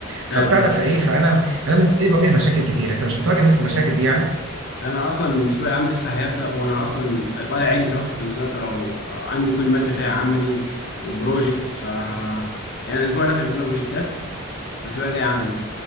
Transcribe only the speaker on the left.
فاهمك
انا اصلا الاسبوع العام لسه هيبدا وانا اصلا طالع عيني دلوقتي في المذاكره و- وعندي كل ماده فيها عملي وبروجكت آه، يعني الاسبوع ده كان كله بروجكتات والاسبوع الجاي عملي